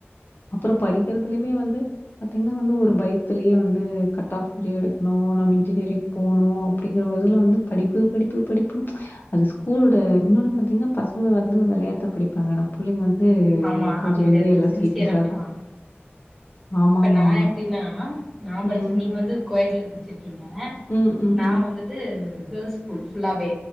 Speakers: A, on the left; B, in the centre.
A: அப்ரோ படிக்கிறதுலயுமே வந்து பாத்தீங்ன்னா வந்து ஒரு பயத்லய வந்து கட் ஹாஃப் நெறைய எடுக்னு நம்ம இன்ஜினியரிங் போனு அப்டிங்றதுல வந்து படிப்பு படிப்பு படிப்பு ப்ளீச் அது ஸ்கூல்லோட இன்னொன்னு பாத்ங்னா வந்து வெளையாட்ட படிப்பாங்க ஆனா புள்ளைங்க வந்து
B: ஆமா
A: கொஞ்சம்
B: அப்டி கிடையாது
A: வந்து எல்லாம்
B: சின்சியரா
A: சீரியஸா
B: படிப்பாங்க
A: தான். ஆமாமாமா.
B: இப்ப நான் எப்டினா னா நா படிச்சதுன
A: ம்.
B: நீங்க வந்து கோயட் ங்க
A: ம், ம்,
B: நா
A: ம்.
B: வந்துட்டு கேர்ள்ஸ் ஸ்கூல் ஃபுல்லாவே